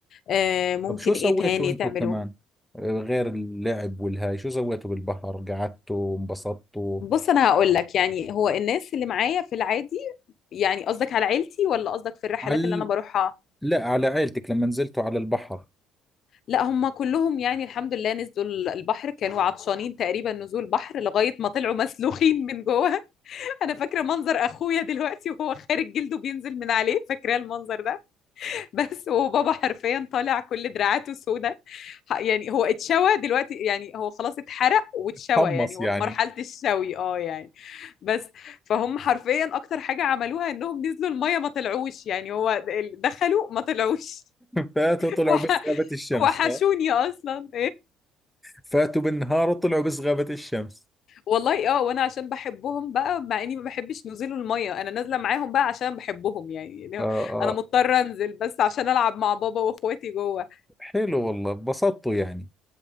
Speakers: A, on the left; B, in the centre.
A: آه ممكن
B: طب شو
A: ايه
B: سويتوا
A: تاني
B: انتوا
A: تعملوه
B: كمان آه، غير اللعب والهاي شو سويتوا بالبحر قعدتوا انبسطتوا
A: بص انا هقول لك يعني هو الناس اللي معايا في العادي يعني قصدك على عيلتي ولا قصدك في الرحلات
B: على ال-
A: اللي انا بروحها
B: لا على عيلتك لما نزلتوا على البحر
A: لا هم كلهم يعني الحمد لله نزلوا البحر كانوا عطشانين تقريبا نزول بحر لغاية ما طلعوا مسلوخين من جوه انا فاكره منظر اخويا دلوقتي وهو خارج جلده بينزل من عليه فاكره المنظر ده بس وبابا حرفيا طالع كل دراعاته سوداء ح- يعني هو اتشوى دلوقتي يعني هو خلاص اتحرق واتشوى
B: <laughs> قمص
A: يعني هو
B: يعني
A: في مرحله الشوي اه يعني بس فهم حرفيا اكتر حاجه عملوها انهم نزلوا الميه ما طلعوش يعني هو د- دخلوا ما طلعوش
B: فاتوا
A: <laughs>
B: طلعوا
A: وح-
B: بس غابة الشمس
A: وحشوني
B: اه
A: اصلا
B: فاتوا بالنهار وطلعوا بس غابة الشمس
A: والله اه وانا عشان بحبهم بقى مع اني ما بحبش نزول الميه انا نازله معاهم بقى عشان بحبهم يعني يعني
B: اه اه
A: انا مضطره انزل بس عشان العب مع بابا واخواتي جوه
B: حلو والله انبسطتوا يعني